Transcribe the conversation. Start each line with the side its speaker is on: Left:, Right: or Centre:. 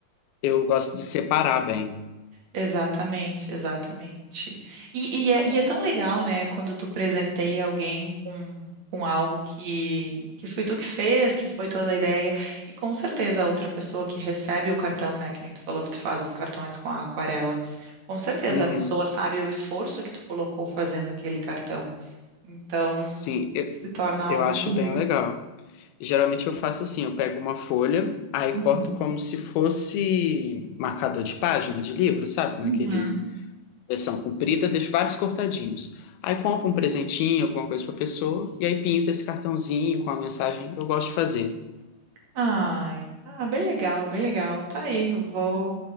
Left: eu gosto de separar bem.
Right: Exatamente, exatamente. E, e é, e é tão legal, né, quando tu presenteia alguém com, com algo que, que foi tu que fez, que foi toda a ideia, e com certeza a outra pessoa que recebe o cartão, né, que nem tu falou que tu faz os cartões com a aquarela, com certeza
Left: Uhum.
Right: a pessoa sabe o esforço que tu colocou fazendo aquele cartão. Então,
Left: Sim, eu,
Right: se torna algo
Left: eu acho
Right: bem bonito.
Left: bem legal. Geralmente eu faço assim, eu pego uma folha, aí
Right: Uhum.
Left: corto como se fosse marcador de página de livro, sabe? Naquele
Right: Uhum.
Left: versão comprida, deixo vários cortadinhos. Aí compro um presentinho, alguma coisa pra pessoa, e aí pinto esse cartãozinho com a mensagem que eu gosto de fazer.
Right: Ai, ah, bem legal, bem legal. Tá aí, vou,